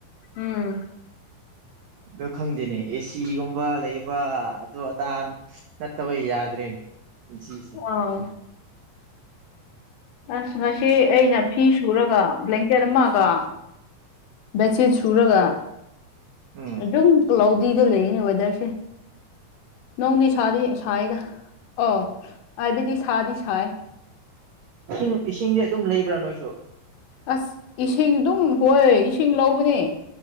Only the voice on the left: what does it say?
ꯎꯝ
ꯑꯪ ꯑꯁ ꯉꯁꯤ ꯑꯩꯅ ꯐꯤ ꯁꯨꯔꯒ ꯕ꯭ꯂꯦꯡꯀꯦꯠ ꯑꯃ ꯀ ꯕꯦꯠꯁꯤꯠ ꯁꯨꯔꯒ
ꯑꯗꯨꯝ ꯀ꯭ꯂꯥꯎꯗꯤꯗ ꯂꯩꯔꯤꯅꯦ ꯋꯦꯗꯔꯁꯦ ꯅꯣꯡꯗꯤ ꯁꯥꯗꯤ ꯁꯥꯏꯌ‌ꯦꯗ ꯑ‌ꯣ ꯍꯥꯏꯕꯗꯤ ꯁꯥꯗꯤ ꯁꯥꯏ
ꯑꯁ ꯏꯁꯤꯡ ꯑꯗꯨꯝ ꯍꯣꯏ ꯏꯁꯤꯡ ꯂꯧꯕꯅꯦ